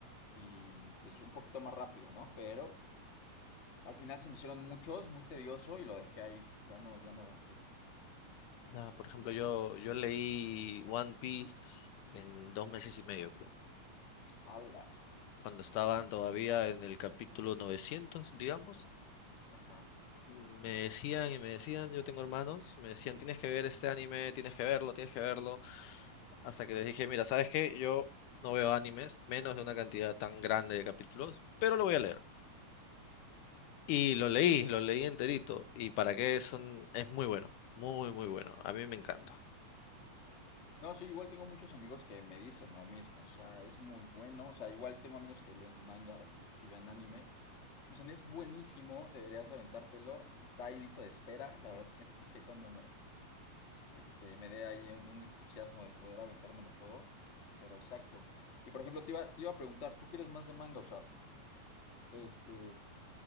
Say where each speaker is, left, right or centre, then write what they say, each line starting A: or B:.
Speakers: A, on the left; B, on the left.
A: y pues un poquito más rápido, ¿no? Pero al final se me hicieron muchos, muy tedioso y lo dejé ahí, ya no, ya no avancé.
B: Nada, por ejemplo, yo, yo leí One Piece en dos meses y medio, creo.
A: ¡Hala!
B: cuando estaban todavía en el capítulo 900, digamos,
A: Ajá,
B: me decían y me decían, yo tengo hermanos, me decían, tienes que ver este anime, tienes que verlo, tienes que verlo, hasta que les dije, mira, ¿sabes qué? Yo no veo animes, menos de una cantidad tan grande de capítulos, pero lo voy a leer. Y lo leí,
A: sí.
B: lo leí enterito, y para qué es, un- es muy bueno, muy, muy bueno, a mí me encanta.
A: No, sí, igual tengo muchos amigos que me dicen lo mismo, o sea, es muy bueno, o sea, igual tengo amigos que leen manga y, y ven anime, me dicen, es buenísimo, deberías aventártelo, está ahí en lista de espera, la verdad es que <laughs> no sé cuándo me, este, me dé ahí un, un entusiasmo de poder aventármelo todo, pero exacto. Y por ejemplo, te iba, te iba a preguntar, ¿tú quieres más de manga? O sea, este,